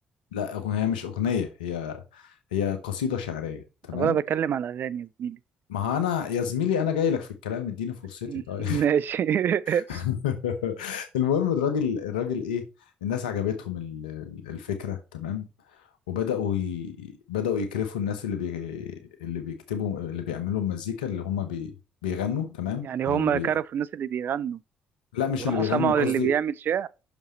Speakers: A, on the left; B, on the right.
A: لا أغنية مش أغنية هي هي قصيدة شعرية تمام
B: طب أنا بتكلم على أغاني يا زميلي
A: ما هو أنا يا زميلي أنا جاي لك في الكلام اديني فرصتي
B: <laughs>
A: طيب
B: ماشي <laughs>
A: <laughs> المهم الراجل الراجل إيه الناس عجبتهم ال- ال- الفكرة تمام وبدأوا ي... بدأوا يكرفوا الناس اللي بي... اللي بيكتبوا اللي بيعملوا المزيكا اللي هم بي... بيغنوا تمام
B: يعني هم
A: اللي بي...
B: كرفوا الناس اللي بيغنوا
A: لا مش
B: وراحوا
A: اللي بيغنوا
B: سمعوا
A: قصدي
B: للي بيعمل شعر